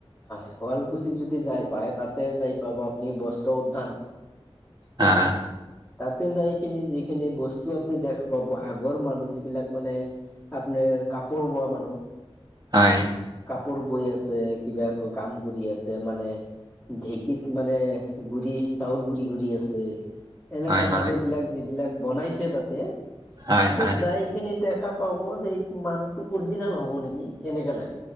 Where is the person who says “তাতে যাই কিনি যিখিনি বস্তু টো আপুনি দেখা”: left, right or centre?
Centre